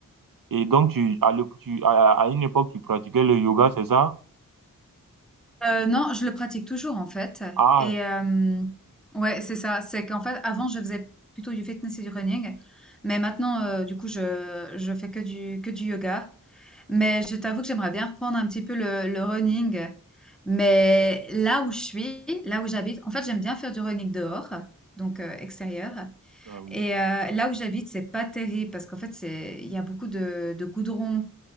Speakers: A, on the right; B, in the centre.
A: Et donc, tu, à, l'ép- tu, à, à une époque, tu pratiquais le yoga, c'est ça?
B: Euh, non, je le pratique toujours en fait.
A: Ah,
B: Et euh, ouais, c'est ça. C'est qu'en fait, avant, je faisais plutôt du fitness et du running, mais maintenant, euh, du coup, je je fais que du que du yoga. Mais je t'avoue que j'aimerais bien reprendre un petit peu le, le running. Mais là où je suis, là où j'habite, en fait, j'aime bien faire du running dehors, donc euh, extérieur.
A: ah oui,
B: Et euh, là où j'habite, c'est pas terrible parce qu'en fait, c'est, il y a beaucoup de, de goudron.